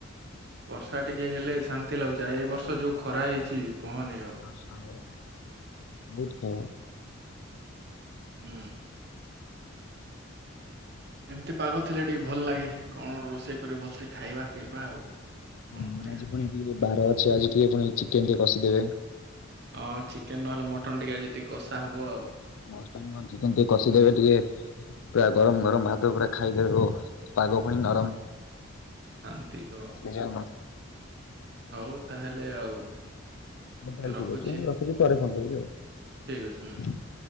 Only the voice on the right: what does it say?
ବର୍ଷା ଟିକେ ହେଲେ ଶାନ୍ତି ଲାଗୁଛି ଏ ବର୍ଷ ଯୋଉ ଖରା ହେଇଛି କୁହନି ଆଉ।
ହୁଁ। ଏମିତି ପାଗ ଥିଲେ ଟିକେ ଭଲ ଲାଗେ କଣ ଗୋଟେ ରୋଷେଇ କରିବ ଭଲ ଖାଇବା ପିଇବା ଆଉ। କଣ
କରିବା
ହଁ ଚିକେନ ନହେଲେ ମଟନ ଟିକେ ଆଜି ଟିକେ କଷା ହବ ଆଉ।
ଶାନ୍ତି କହ।
ହଉ ତାହେଲେ ଆଉ।
ରଖୁଛି
ଠିକ୍ ଅଛି ମୁଁ।